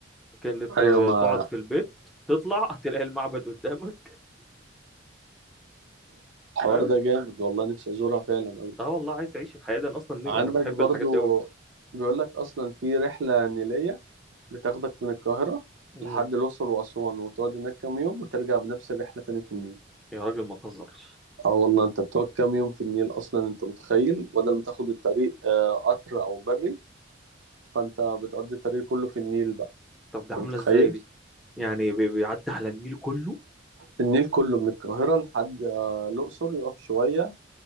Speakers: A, in the centre; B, on the right.
A: كأنك
B: ايوه
A: ت-
B: ما
A: تقعد في البيت تطلع هتلاقي المعبد قدامك
B: الحوار
A: فاهم
B: ده جامد والله نفسي ازورها فعلا قوي
A: اه والله عايز اعيش الحياه دي انا اصلا نفسي-
B: عندك
A: انا بحب
B: برضو
A: الحاجات دي قوي
B: بيقول لك اصلا في رحله نيليه بتاخدك من القاهرة
A: امم
B: لحد الأقصر وأسوان وتقعد هناك كام يوم وترجع بنفس الرحلة تاني في النيل
A: يا راجل ما تهزرش
B: اه والله انت بتقعد كام يوم في النيل أصلا انت متخيل بدل ما تاخد الطريق آه، قطر أو بري فانت بتقضي الطريق كله في النيل بقى
A: طب
B: انت
A: ده عامله
B: متخيل
A: ازاي دي يعني بي- بيعدي على النيل كله
B: النيل كله من القاهرة لحد آه، الأقصر يقف شوية